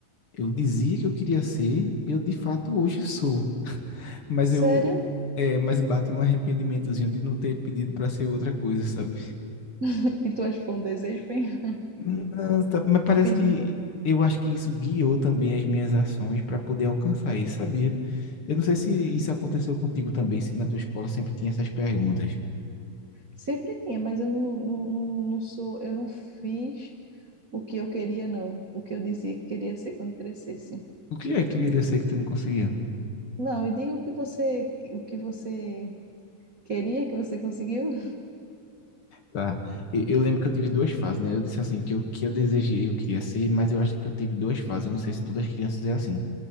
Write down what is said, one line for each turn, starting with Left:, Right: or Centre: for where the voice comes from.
Left: eu dizia que eu queria ser, eu de fato hoje sou. Mas
Right: Sério?
Left: eu é, mas bate um arrependimentozinho de não ter pedido para ser outra coisa, sabe?
Right: <laughs> E tu acha que foi um desejo, foi? <laughs>
Left: Não, tá- mas parece
Right: O pedido?
Left: que eu acho que isso guiou também as minhas ações para poder alcançar isso, sabia? Eu não sei se isso aconteceu contigo também, se na tua escola sempre tinha essas perguntas.
Right: Sempre tinha, mas eu não, não, não não sou, eu não fiz o que eu queria, não. O que eu dizia que queria ser quando crescesse.
Left: O que é que tu queria ser que tu não conseguiu?
Right: Não, e diga o que você, o que você queria, que você conseguiu. <laughs>
Left: Tá. E- Eu lembro que eu tive duas fases, né? Eu disse assim, que o que eu desejei eu queria ser, mas eu acho que eu tive duas fases. Eu não sei se todas as crianças é assim.